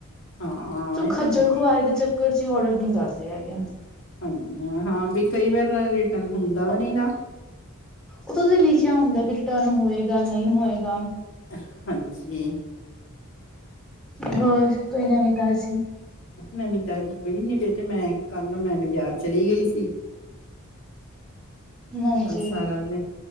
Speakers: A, on the left; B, in the centre.
A: ਹਾਂ, ਇਹ
B: ਖੱਜਲ-ਖੁਆਰੀ
A: ਤਾਂ ਹੈ ਹੀ
B: ਦੇ ਚੱਕਰ-ਚ ਔਰਡਰ ਨਹੀਂ ਕਰਦੇ ਹੈਗੇ।
A: ਹਾਂਜੀ, ਹਾਂ ਵੀ, ਕਈ ਵਾਰ ਰਿਟਰਨ ਹੁੰਦਾ ਵੀ, ਨੀ ਨਾ।
B: ਓਹ ਤਾ ਦੀ ਲਿਖਿਆ ਹੁੰਦਾ, ਵੀ ਰਿਟਰਨ ਹੋਏਗਾ, ਨਹੀਂ ਹੋਏਗਾ।
A: ਹਾਂਜੀ!
B: ਹੋਰ, ਕੋਈ ਨਵੀ-ਤਾਜ਼ੀ?
A: ਨਵੀਂ-ਤਾਜ਼ੀ ਕੋਈ ਨੀ, ਬੇਟੇ, ਮੈਂ ਕੱਲ, ਮੈਂ ਬਜ਼ਾਰ ਚਲੀ ਗਈ ਸੀ
B: ਹਾਂਜੀ
A: ਕੱਲ ਸਾਰਾ ਦਿਨ,